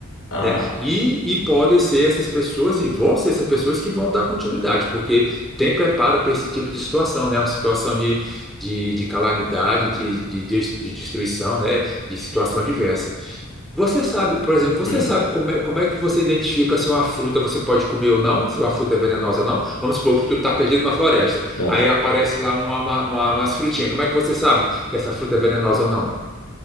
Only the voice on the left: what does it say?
Aham.
Hum.
Ah,